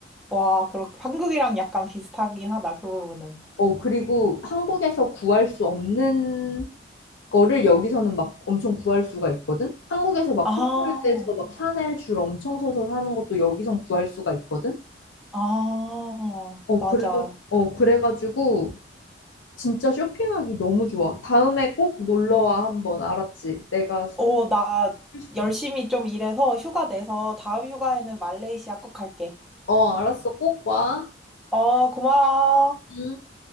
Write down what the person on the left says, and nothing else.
어, 그리고 한국에서 구할 수 없는 거를 여기서는 막 엄청 구할 수가 있거든? 한국에서 막
풋볼드에서 막 샤넬 줄 엄청 서서 사는 것도 여기선 구할 수가 있거든?
어,
그래, 어, 그래가지고 진짜 쇼핑하기 너무 좋아. 다음에 꼭 놀러와 한번 알았지? 내가
소개시켜줄게.
어, 알았어. 꼭 와.
음.